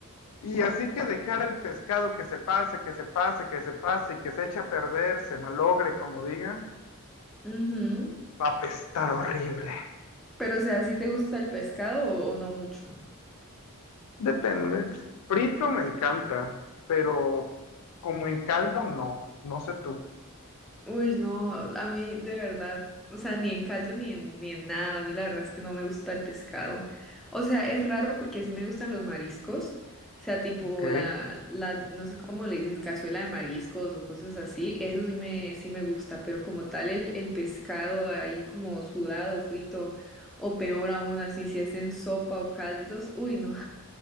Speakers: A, on the left; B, in the centre.
A: Y así que dejar el pescado que se pase, que se pase, que se pase y que se eche a perder, se malogre, como digan,
B: Ujú.
A: va a apestar horrible.
B: Pero, o sea, ¿sí te gusta el pescado o, o no mucho?
A: Depende. Frito me encanta, pero como en caldo no. No sé tú.
B: Uy, no, a mí de verdad, o sea, ni en caldo ni en, ni en nada, a mí la verdad es que no me gusta el pescado. O sea, es raro porque sí me gustan los mariscos, o sea, tipo
A: Ok.
B: la, la, no sé cómo le dicen, cazuela de mariscos o cosas así, eso sí me, sí me gusta, pero como tal el, el pescado ahí como sudado, frito, o peor aún así, si es en sopa o caldos, uy, no.